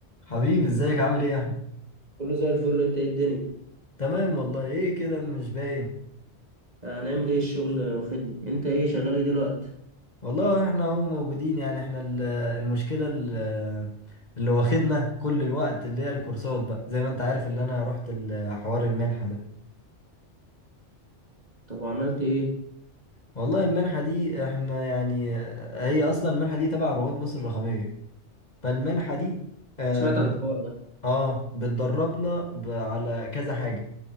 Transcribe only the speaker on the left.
حبيبي ازيك عامل ايه يا احمد
تمام والله ايه كده مش باين
والله احنا اهو موجودين يعني احنا ال- المشكله ال- اللي واخدنا كل الوقت اللي هي الكورسات بقى زي ما انت عارف اللي انا رحت ال- حوار المنحه ده
والله المنحه دي احنا يعني هي اصلا المنحه دي تبع رواد مصر الرقميه فالمنحه دي اه
بت-
آه، بتدربنا ب- على كذا حاجه